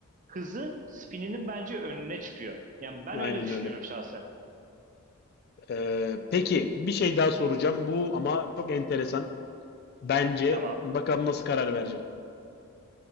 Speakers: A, on the right; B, on the left.
A: hızı spininin bence önüne çıkıyor. Yani ben
B: Aynen
A: öyle düşünüyorum
B: öyle.
A: şahsen.
B: Ee, peki bir şey daha soracağım. Bu ama çok enteresan. Bence
A: Tamam
B: bakalım nasıl karar vereceksin.